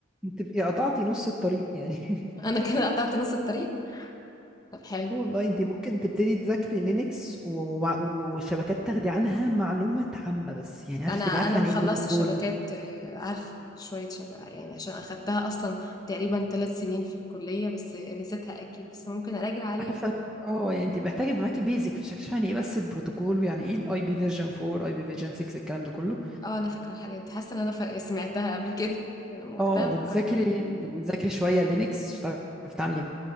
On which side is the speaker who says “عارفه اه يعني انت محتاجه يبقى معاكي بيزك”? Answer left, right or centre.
Centre